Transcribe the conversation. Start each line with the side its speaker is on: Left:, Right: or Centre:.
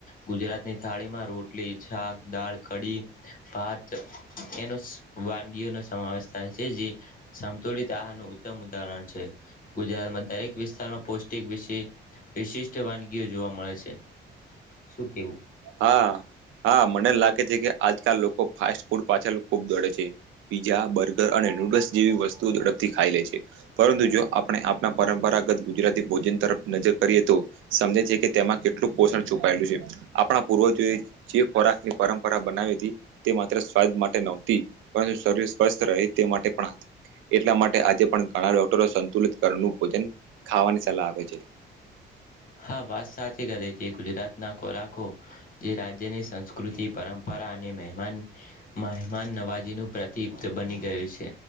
Left: ગુજરાતની થાળીમાં રોટલી શાક દાળ કડી ભાત એનો વાનગીઓનો સમાવેશ થાય છે જે સમાવેશ થાય છે જે સંતુલિત આહારનું ઉત્તમ ઉદાહરણ છે ગુજરાતમાં દરેક વિસ્તારમાં પૌષ્ટિક વિશે વિશિષ્ટ વાનગીઓ જોવા મળે છે શું કેવું?
Right: હા. હા મને લાગે છે કે આજકાલ લોકો ફાસ્ટ ફૂડ પાછળ ખુબ દોડે છે પીઝા બર્ગર અને નૂડલ્સ જેવી વસ્તુઓ ઝડપથી ખાઈ લે છે પરંતુ જો આપણે આપણા પરંપરાગત ગુજરાતી ભોજન ત તરફ નજર કરીએ તો સમજે છે કે તેમાં કેટલું પોષણ છુપાયેલું છે આ પૂર્વજોએ જે ખોરાકની પરંપરા બનાવી હતી તે માત્ર સ્વાદ માટે નહોતી પરંતુ શરી સ્વસ્થ રહે તે માટે પણ હતી. એટલા માટે આજે પણ ઘણા ડોક્ટરો સંતુલિત ઘરનું ભોજન ખાવાની સલાહ આપે છે.
Left: હા વાત સાચી કરે છે ગુજરાતના ખોરાકો જે જેની રાજ્યની સંસ્કૃતિ પરંપરા અને મેહમાન માહેમાન નવાજીનું તીપ્ત બની ગયું છે